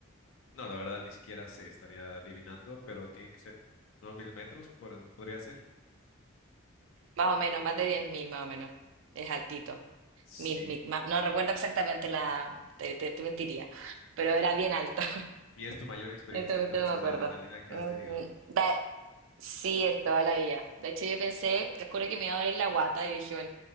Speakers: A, on the left; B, on the right.
A: No, la verdad ni siquiera sé, estaría adivinando, pero tiene que ser unos mil metros, por- podría ser.
B: Más o menos, más de 10.000, más o menos. Es altito.
A: Sí.
B: Mil, mil, más- no recuerdo exactamente la, te, te- te mentiría, pero era bien alto.
A: Y es tu mayor experiencia
B: Esta cuestión
A: entonces
B: no me acuerdo.
A: de adrenalina que
B: Mm,
A: has tenido.
B: da- sí, en toda la vida. De hecho, yo pensé, te juro que me iba a doler la guata. Yo dije, bueno,